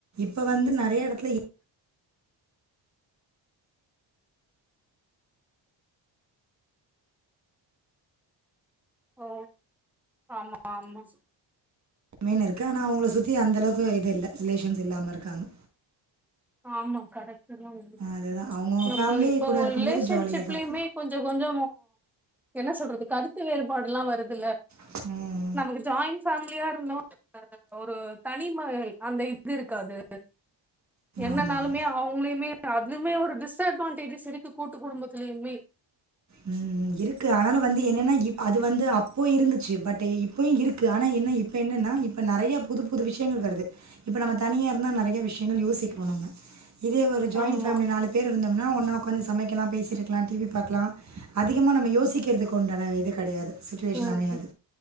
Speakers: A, on the right (about 35°); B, in the centre.
A: இப்ப வந்து நெறைய எடத்துல
B: ஓ ஆமா ஆமா
A: மீன் இருக்கு ஆனா அவங்கள சுத்தி அந்தளவுக்கு இது இல்ல ரிலேஷன்ஸ் இல்லாம இருக்காங்க
B: ஆமா கரெக்டுதா வந்து
A: அதுதான் அவங்கவுங்க
B: நம்ம
A: ஃபேமிலி
B: இப்ப
A: கூட
B: ஒரு
A: இருக்கும்போது
B: ரிலேஷன்ஷிப்லையுமே
A: ஜாலியாக தான்
B: கொஞ்ச கொஞ்ச என்ன சொல்றது கருத்து வேறுபாடு எல்லா வருதுல்ல
A: இருக்கும்
B: நமக்கு ஜாயிண் ஃபேமிலியா இருந்தோ ஆ ஒரு தனிம அந்த இது இருக்காது என்னனாலுமே
A: ஆமாம்
B: அவங்களையுமே அதுமே ஒரு டிஸ்அட்வான்டேஜஸ் இருக்கு கூட்டு குடும்பத்துலையுமே
A: ம் இருக்கு ஆனாலு வந்து என்னன்னா இப் அது வந்து அப்போ இருந்துச்சு பட் இப்பயு இருக்கு ஆனா என்ன இப்ப என்னன்னா இப்ப நெறைய புதுப்புது விஷ்யங்கள் வருது இப்ப நம்ம தனியா இருந்தா நெறைய விஷ்யங்கள் யோசிக்கிறோ நம்ம இதே ஒரு ஜாயின்
B: ஆமா
A: ஃபேமிலி நாலு பேர் இருந்தோம்னா ஒன்னா உக்காந்து சமைக்கலா பேசிட்டிருக்கலா டிவி பாக்கலா அதிகமா நம்ம யோசிக்கிறதுக்கு உண்டான இது கடையாது சுட்டிவேஷன்
B: ம்
A: அமையாது